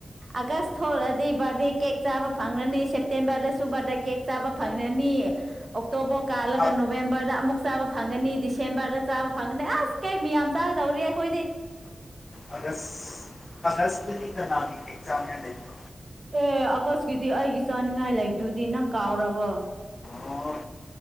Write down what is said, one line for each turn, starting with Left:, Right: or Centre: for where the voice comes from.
Right: ꯑꯥꯒꯁ ꯊꯣꯛꯂꯗꯤ ꯕꯥꯔꯗꯦ ꯀꯦꯛ ꯆꯥꯕ ꯐꯪꯔꯅꯤ ꯁꯦꯞꯇꯦꯝꯕꯔꯗꯁꯨ ꯕꯔꯗꯦ ꯀꯦꯛ ꯆꯥꯕ ꯐꯪꯔꯅꯤ ꯑꯣꯛꯇꯣꯕꯔ ꯀꯥꯜꯂꯒ
Left: ꯑ
Right: ꯅꯣꯕꯦꯝꯕꯔꯗ ꯑꯃꯨꯛ ꯆꯥꯕ ꯐꯪꯒꯅꯤ ꯗꯤꯁꯦꯝꯕꯔꯗ ꯆꯥꯕ ꯐꯪꯒꯅꯤ ꯑꯁ ꯀꯦꯛ ꯃꯤꯌꯥꯝ ꯆꯥꯒꯗꯧꯔꯤ ꯑꯩꯈꯣꯏꯗꯤ
Left: ꯑꯥꯒꯁ ꯑꯥꯒꯁꯗꯗꯤ ꯀꯅꯥꯒꯤ ꯀꯦꯛ ꯆꯥꯅꯤꯉꯥꯏ ꯂꯩꯕꯣ
Right: ꯑꯦ ꯑꯥꯒꯁꯀꯤꯗꯤ ꯑꯩꯒꯤ ꯆꯥꯅꯤꯡꯉꯥꯏ ꯂꯩꯕꯗꯨꯗꯤ ꯅꯪ ꯀꯥꯎꯔꯕꯣ
Left: ꯑꯣ